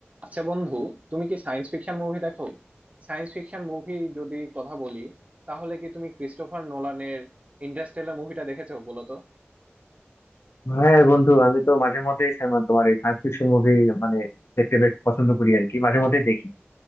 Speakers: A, on the right (about 30°); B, on the left (about 75°).
A: আচ্ছা বন্ধু তুমি কি সায়েন্স ফিকশন মুভি দেখো সায়েন্স ফিকশন মুভি যদি কথা বলি তাহলে কি তুমি ক্রিস্টোফার নোলানের ইন্টারস্টেলার মুভিটা দেখেছো বলো তো
B: হ্যাঁ বন্ধু আমি তো মাঝে মধ্যে তোমার এই সায়েন্স ফিকশন মুভি মানে দেখতে বেশ পছন্দ করি আর কি মাঝে মধ্যে দেখি